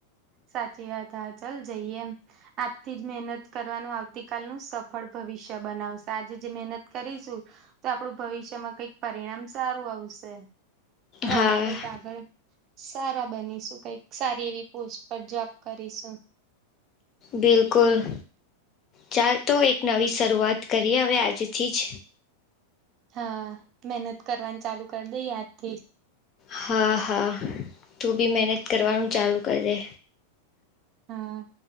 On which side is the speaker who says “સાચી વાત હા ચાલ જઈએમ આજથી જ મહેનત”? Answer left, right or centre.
Right